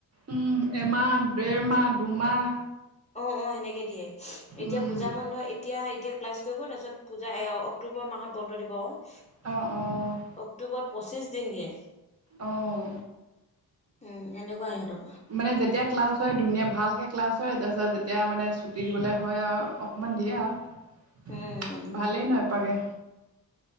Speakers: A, on the right; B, on the left.
A: উম, এমাহ দেৰমাহ দুমাহ।
B: অ, 'অ, 'সেনেকে দি এতিয়া
A: উম
B: পূজা বন্ধ এতিয়া এতিয়া ক্লাছ কৰিব তাৰপিছত পূজা অক্টোবৰ মাহত বন্ধ দিব অ, '
A: অঁ, ' অঁ, '
B: অক্টোবৰত পঁচিছ দিন দিয়ে।
A: আহ।
B: উম সেনেকুৱা সিহঁতৰ
A: মানে যেতিয়া ক্লাছ হয় ধুনীয়া ভালকৈ ক্লাছ হয় তাৰপিছত যেতিয়া মানে ছুটি দিবলৈ হয় আৰু অকণমান দিয়ো আৰু
B: উম উম
A: ভালেই নয়পাগে।